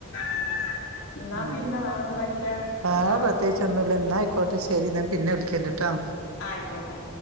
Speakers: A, on the left; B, on the right.
A: ഉം എന്നാ
B: ഉം
A: പിന്നെ വേറെന്തൊക്കെയാ
B: വേറെ
A: ന്നാ
B: പ്രത്യേകിച്ചൊന്നുല്ല എന്നാ ആയിക്കോട്ടെ ശരി ഞാൻ പിന്നെ വിളിക്കണ്ട്ട്ടോ
A: ആയിക്കോട്ടെ